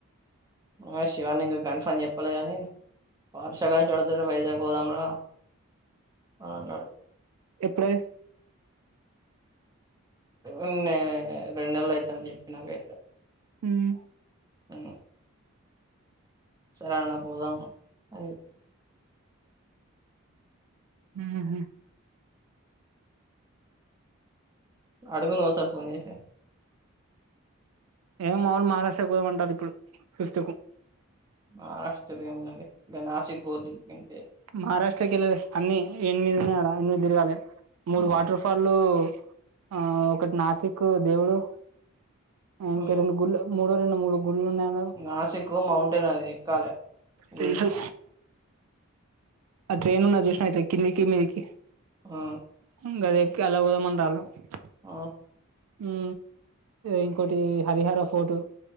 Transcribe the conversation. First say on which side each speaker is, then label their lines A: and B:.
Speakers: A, on the right (about 15°); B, on the right (about 80°).
A: ఆ శివ ఇంకా కన్ఫామ్ చెప్పాల గాని వార్షగాన్ని చూడతారు వైజాగ్ పోదాంరా అని అన్నాడు
B: ఎప్పుడే
A: ఉన్నే రెండు నెలలు అయితాంది చెప్పి నాకైతే
B: ఉమ్
A: స సరే యాడన్న పోదామా అది
B: హ్మ్ ఉం
A: అడుగు నువ్వు ఒకసారి ఫోన్ చేసి
B: ఏం మొల్ మహారాష్ట్ర పోదామంటాది ఇప్పుడు <unintelligible>
A: ఆశ్చర్య <unintelligible> నాసిక్ పోది ఇంక
B: మహారాష్ట్రకిళ్ళ అన్ని ఎనిమిది ఉన్నాయాడా ఎనిమిది తిరగాలి మూడు
A: హ్మ్
B: వాటర్ ఫాల్లు ఆ ఒకటి నాసిక్ దేవుడు
A: హ్మ్
B: ఇంకా రెండు గుళ మూడు రెండు మూడు గుళ్ళలు ఉన్నాయన్నారు
A: నాసిక్ మౌంటైన్ అది ఎక్కాలే గుడి
B: తెలుసు ఆ ట్రైన్ ఉన్న చూసినా అయితే కిందికి మీదికి
A: ఆ
B: ఇ గదిక్కి అలా ఉదా <unintelligible>
A: ఆ
B: ఉ ఇంకోటి హరిహర ఫోర్టు